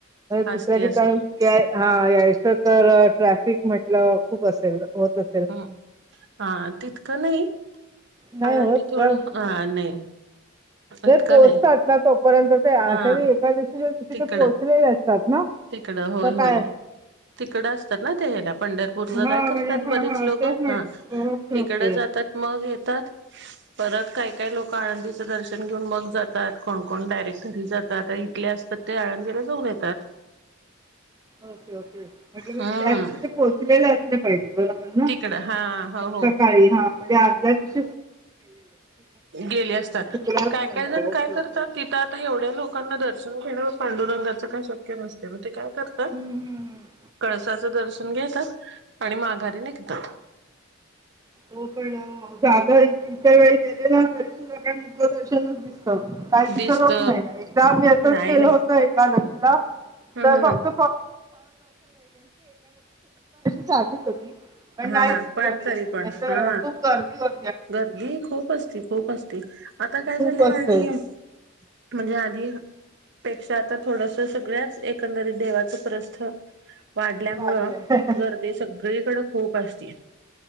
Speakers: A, on the right (about 15°); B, on the right (about 60°).
A: दुसऱ्या
B: असती
A: ठिकाण
B: असती
A: या. हा यायचं तर ट्रॅफिक म्हटलं खूप असेल होत अस.
B: हम् हा तितकं नाही.
A: नाही
B: आळंदी
A: होत
B: थोडं
A: का
B: नाही. इतकं
A: पोहोचतात
B: नाही
A: ना तोपर्यंत ते आषाढी
B: हा
A: एखकादशीच्या दिवशी
B: तिकडं
A: ते पोहोचलेले असतात ना.
B: तिकडं होय,
A: तर
B: होय
A: काय
B: तिकडं असतात ना ते ह ना पंढरपूरला
A: हां,
B: काय करतात
A: म्हणजे हां,
B: बरीच
A: हां.
B: लोक
A: तेच म्हट
B: हा
A: ओके,
B: तिकडे
A: ओके
B: जातात मग येतात. परत काय काय लोक आनंदीचं दर्शन घेऊन मग जातात कोणकण डायरेक्ट घरी जातात इथले असतात ते आळंदीला जाऊन येतात.
A: ओके, ओके म्हटले म्हणजे
B: हम्म
A: त्या दिवशी ते पोहोचलेले असले पाहिजे बरोबर ना?
B: तिकडं हा हो हो
A: सकाळी हा म्हणजे आदल्या दिवशी
B: गेले असतात.
A: शुक्रवारपर्यंत.
B: काय काय जण
A: ओके, ओके,
B: काय करतात
A: ओके.
B: ति तर आता एवढ्या लोकांना दर्शन घेण्यावर पांडुरंगाचं काही शक्य नसते मग ते काय करते
A: हं, हं, हं.
B: कळसाचं दर्शन घेतात आणि माघारी निघतात.
A: हो पण आता इत्या वेळ गेले ना तरी सुद्धा काय मुक दर्शनच दिसतात काही विसर
B: दिसत
A: होत नाही. एकदा गेलं
B: नाही नाही
A: होत एकादशीला
B: ह
A: तर
B: ह
A: फक्त
B: ह
A: <inaudible> तू जाते कधी? पण
B: हा
A: नाही
B: हा पण
A: दिसत
B: तरी पण हा
A: ते खूप गर्दी होते
B: गर्दी खूप असती खूप असती आता काय
A: खूप
B: झालंय
A: असते
B: आणि म्हणजे आधी पेक्षा आता थोडस सगळ्याच एकंदरीत देवाचं प्रस्थ वाढल्यामुळं
A: वाढलंय
B: गर्दी सगळीकडे खूप असती.